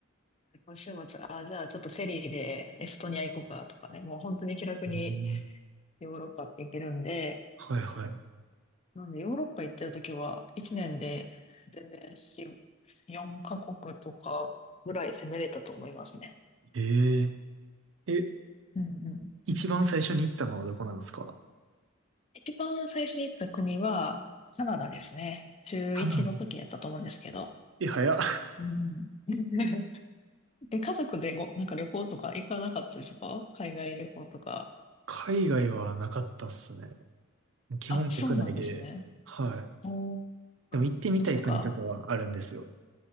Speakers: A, on the left; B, on the right.
A: 今週末、あ、じゃあちょっとフェリーでエストニア行こうかとかね、もう本当に気楽に
B: うん
A: ヨーロッパって行けるんで、
B: はいはい。
A: なんでヨーロッパ行ってるときは1年で全然4、4カ国とかぐらい攻めれたと思いますね。
B: えええ、
A: うんうん
B: 一番最初に行ったのはどこなんですか
A: 一番最初に行った国は、カナダですね。中一の時やったと思うんですけど。
B: カナダ。え、早っ。
A: うん。<laughs> え、家族でご、なんか旅行とか行かなかったですか海外旅行とか。
B: 海外はなかったっすね。基本国内で。
A: あ、そうなんですね。
B: はい。
A: おー、そっかそっか。
B: でも行ってみたい国とかはあるんですよ。